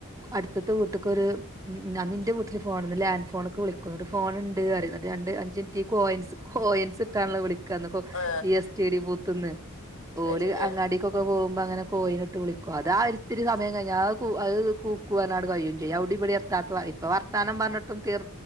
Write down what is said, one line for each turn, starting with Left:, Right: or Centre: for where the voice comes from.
Right: അടുത്തത്തെ വീട്ട്ക്കൊരു ഉം ന്നാ നിന്റെ വീട്ടില് ഫോണന്ന് ലാൻഡ് ഫോണ്ക്ക് വിളിക്കും എന്നിട്ട് ഫോണുണ്ട് പറയും എന്നിട്ട് രണ്ട് അഞ്ചിന്റെ കോയിൻസ് കൊയിൻസിട്ടാണല്ലോ വിളിക്കാ അന്ന്ക്ക
Left: ആ
Right: ഈ എസ് റ്റി ഡി ബൂത്ത്ന്ന് ഓര്
Left: അത് ശരിയാ
Right: അങ്ങാടിക്കൊക്കെ പോകുമ്പോ അങ്ങനെ കോയിനി ഇട്ട് വിളിക്കും അത് ആ ഒരിത്തിരി സമയം കഴിഞ്ഞ അത് കൂക്കുവാനോട് കഴിയും ചെയ്യും അവിടെ ഇവിടെ എത്താത്ത ഇപ്പ വർ ത്താനം പറഞ്ഞിട്ടും തീർ